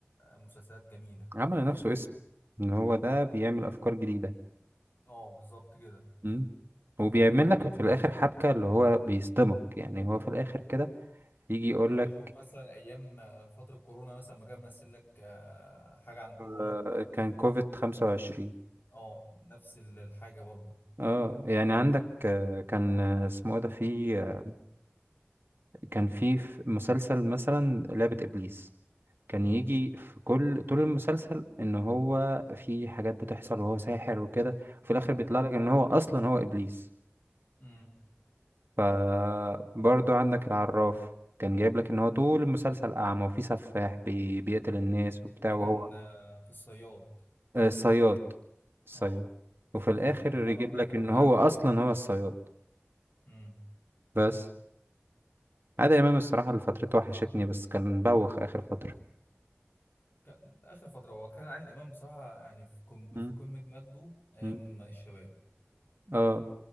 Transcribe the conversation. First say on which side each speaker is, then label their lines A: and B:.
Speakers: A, on the left; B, on the right.
A: مسلسلات جميله
B: عمل لنفسه اسم ان هو ده بيعمل أفكار جديدة
A: اه بالظبط كده
B: مم. وبيعمل لك في الآخر حبكة اللي هو بيصدمك يعني هو في الآخر كده يجي يقول لك
A: اشوف مثلا ايام فتره كورونا مثلا ما كان ممثل لك آه، حاجه عن كورونا
B: آه، كان كوفيد 25
A: اه نفس ال- الحاجه برضه
B: اه يعني عندك آه، كان آه، اسمه ايه ده في آه، كان في في مسلسل مثلا لعبة ابليس كان
A: امم
B: يجي في كل طول المسلسل ان هو في حاجات بتحصل وهو ساحر وكده وفي الاخر بيطلع
A: امم
B: لك ان هو اصلا هو ابليس
A: امم
B: فبرضو عندك العراف كان جايب لك ان هو طول المسلسل اعمى وفي سفاح بي... بيقتل الناس وبتاع
A: ده
B: وهو
A: كان آه، في الصياد
B: آه، الصياد الصياد
A: اه
B: وفي الاخر
A: امم العراف
B: يجيب
A: ده
B: لك
A: كان
B: ان
A: بتاع
B: هو
A: عادل
B: اصلا
A: امام
B: هو الصياد
A: امم
B: بس عادل امام الصراحه اللي فترته وحشتني بس كان بوخ اخر فتره
A: كان اخر فتره هو كان عادل امام بصراحه يعني في كم
B: مم.
A: في قمه مجده ايام
B: مم.
A: الشباب
B: اه